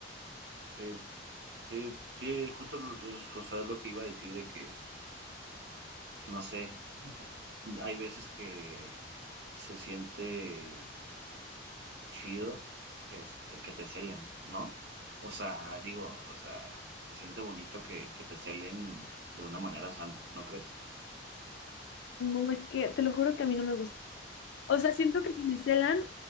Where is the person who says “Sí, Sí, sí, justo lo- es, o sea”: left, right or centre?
Right